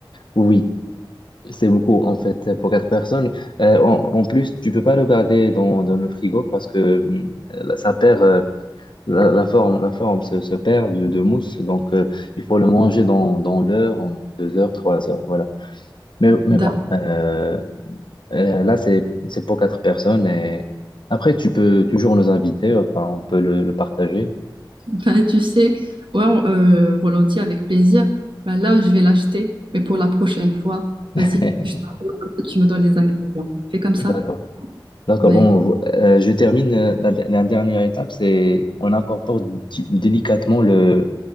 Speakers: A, on the left (about 70°); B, on the right (about 75°).
A: Oui, C'est beaucoup, en fait, pour quatre personnes. Euh, en, en plus, tu peux pas le garder dans, dans le frigo parce que euh, ça perd, euh, la, la forme, la forme se, se perd de, de mousse. Donc, euh, il faut le manger dans, dans l'heure, en deux heures, trois heures, voilà. Mais, mais
B: D'accord.
A: bon, euh, euh, là, c'est, c'est pour quatre personnes. Et après, tu peux toujours nous inviter, enfin, on peut le, le partager.
B: Bah, tu sais, ouais, on- euh, volontiers, avec plaisir. Bah, là, je vais l'acheter, mais pour la prochaine fois,
A: <laughs>
B: vas-y, je te- comme ça, tu me donnes les ingrédients. Fais comme ça.
A: D'accord. D'accord,
B: Bah,
A: bon,
B: écoute,
A: vo- euh, je termine euh, la, la dernière étape, c'est on incorpore di- délicatement le,